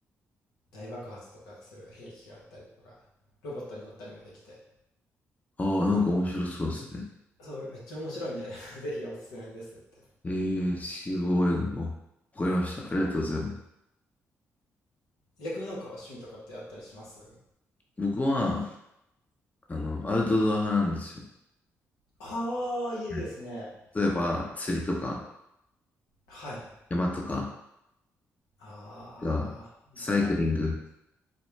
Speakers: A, on the left; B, on the left.
A: 大爆発とかする兵器があったりとか、ロボットに乗ったりもできて、
B: ああー、なんか面白そうですね。
A: そう、めっちゃ面白いんで <laughs> ぜひおすすめですって。
B: えー、中央英語。わかりました。ありがとうございます。
A: 逆になんか趣味とかってあったりします
B: 僕は、あの、アウトドア派なんですよ。
A: ああー、いいですね。
B: はい例えば、釣りとか、
A: はい。
B: 山とか
A: ああ、
B: が、
A: 趣味とか。
B: サイクリング。